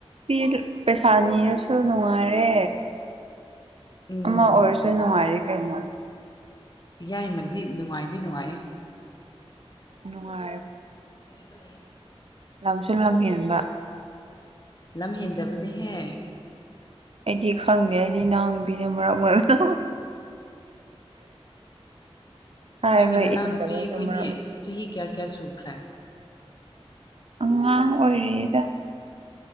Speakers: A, on the right; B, on the left.
A: ꯄ ꯄꯩꯁꯥ ꯅꯤꯔꯁꯨ ꯅꯨꯡꯉꯥꯏꯔꯦ
B: ꯎꯝ
A: ꯑꯃ ꯑꯣꯏꯔꯁꯨ ꯅꯨꯡꯉꯥꯏꯔꯤ ꯀꯩꯅꯣ
B: ꯌꯥꯏꯃꯗꯤ ꯅꯨꯡꯉꯥꯏꯗꯤ ꯅꯨꯡꯉꯥꯏꯌꯦ
A: ꯅꯨꯡꯉꯥꯏ
B: ꯑꯗꯨꯗ
A: ꯁꯨꯜꯂꯝ ꯐꯝꯕ
B: ꯅꯝ ꯍꯤꯟꯗꯕꯅꯤ ꯍꯦ
A: ꯑꯩꯗꯤ ꯈꯪꯗꯦ ꯑꯩꯗꯤ ꯅꯅꯥꯎꯕꯤꯁꯦ ꯃꯔꯛ ꯃꯔꯛꯇ ꯇ
B: ꯅꯪꯒꯤ
A: ꯍꯕ
B: ꯅꯅꯥꯎ
A: ꯏꯟꯗꯕꯁꯨ
B: ꯅꯨꯄꯤ ꯑꯩꯈꯣꯏꯗꯤ
A: ꯃ
B: ꯆꯍꯤ ꯀꯌꯥ ꯀꯌꯥ ꯁꯨꯈ꯭ꯔꯦ
A: ꯑꯉꯥꯡ ꯑꯣꯏꯔꯤꯦꯗ